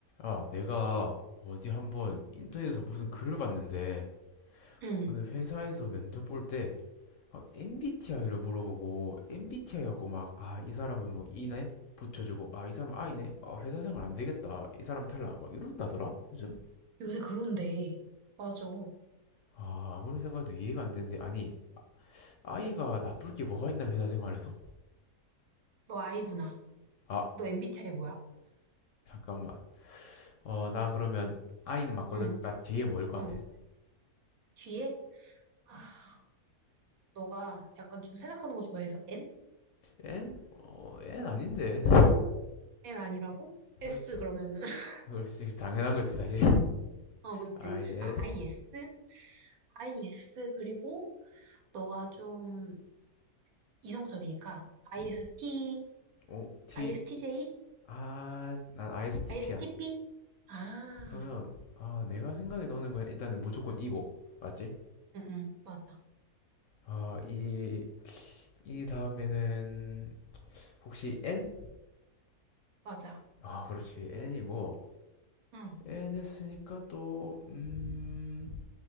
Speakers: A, on the left (about 65°); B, on the right (about 70°).
A: 야, 내가 어디 한번 인터넷에서 무슨 글을 봤는데
B: 응.
A: 어느 회사에서 면접 볼 때 막 MBTI를 물어보고 MBTI 갖고 막 아, 이 사람은 뭐 E네 붙여주고 아, 이 사람은 I네 아, 회사 생활 안 되겠다 이 사람은 탈락 막 이런다더라 요즘
B: 요새 그런데. 맞아.
A: 아, 아무리 생각해도 이해가 안 되는데 아니 I가 나쁠 게 뭐가 있나 회사 생활에서
B: 너 I구나.
A: 아,
B: 너 MBTI 뭐야?
A: 잠깐만 어, 나 그러면 I는 맞거든
B: 응.
A: 나 뒤에 뭐일 것
B: 응.
A: 같아
B: 뒤에 아, 너가 약간 좀 생각하는 거 좋아해서 N?
A: N? 어, N 아닌데
B: N 아니라고?
A: <laughs>
B: S
A: 그렇지
B: 그러면은 <laughs>
A: 그렇지 당연한 거지 사실
B: 어, 그치.
A: IS
B: 아, IS? IS 그리고 너가 좀 이성적이니까 IST,
A: 음, O T
B: ISTJ,
A: 아 난 ISTP야.
B: ISTP? 아,
A: 그러면 아 내가 생각에 넣는 건 일단은 무조건 이고 맞지?
B: 응, 응. 맞아.
A: 아이 이이 다음에는 혹시 N?
B: 맞아.
A: 아 그렇지 N이고
B: 응.
A: N 했으니까 또 음,